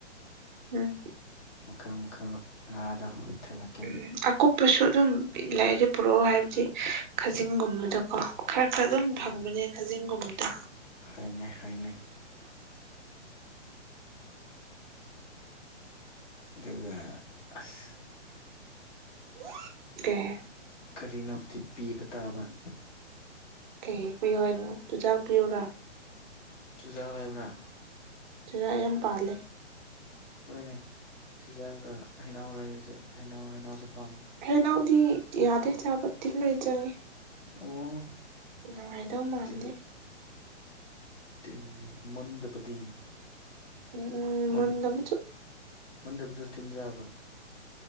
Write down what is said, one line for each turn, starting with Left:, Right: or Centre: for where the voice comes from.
Right: ꯎꯝ
Left: ꯃꯈꯜ ꯃꯈꯜ ꯉꯥꯗ ꯊꯤꯜꯂꯛ
Right: ꯎꯝ ꯑꯀꯨꯞꯄꯁꯨ ꯑꯗꯨꯝ ꯂꯩꯔꯦ ꯄꯨꯔꯛꯎ ꯍꯥꯏꯕꯗꯤ ꯈꯖꯤꯡꯒꯨꯝꯕꯗꯀꯣ꯫ ꯈꯔ ꯈꯔ ꯑꯗꯨꯝ ꯐꯪꯕꯅꯦ
Left: ꯎꯝ
Right: ꯀꯥꯖꯤꯡꯒꯨꯝꯕꯗꯣ꯫
Left: ꯍꯣꯏꯅꯦ ꯍꯣꯏꯅꯦ ꯑꯗꯨꯒ ꯑꯁ
Right: <unintelligible> ꯀꯩ
Left: ꯀꯔꯤꯅꯣ ꯗꯤ ꯄꯤꯕꯨ ꯇꯥꯕꯟ
Right: ꯀꯩ ꯍꯦꯛ ꯄꯤꯌꯣ ꯍꯥꯏꯅꯣ ꯑꯗꯨꯨꯖꯥꯛ ꯄꯤꯌꯨꯔꯥ꯫
Left: ꯆꯨꯖꯥ ꯂꯩꯕ꯭ꯔꯥ꯫
Right: ꯆꯨꯖꯥꯛ ꯌꯥꯝ ꯄꯥꯜꯂꯦ꯫
Left: ꯍꯣꯏꯅꯦ ꯊꯤꯖꯑꯒ ꯍꯩꯅꯎ ꯂꯩꯔꯤꯁꯦ ꯍꯩꯅꯎ ꯍꯩꯅꯎꯁꯨ ꯄꯥꯝꯃꯦ꯫
Right: ꯍ ꯅꯧꯗꯤ ꯌꯥꯗꯦ ꯆꯥꯕ ꯇꯤꯜ ꯂꯩꯣꯏ ꯆꯪꯉꯤ꯫
Left: ꯑꯣ꯫
Right: ꯅꯨꯡꯉꯥꯏꯗꯧ ꯃꯥꯟꯗꯦ꯫
Left: ꯇꯤꯟ ꯇꯤꯟ ꯃꯨꯟꯗꯕꯗꯤ꯫
Right: ꯎꯝ
Left: ꯃꯨꯟ
Right: ꯃꯨꯟꯗꯕꯁꯨ
Left: ꯃꯨꯟꯗꯕꯖꯣ ꯇꯤꯟꯖꯕ꯭ꯔꯥ꯫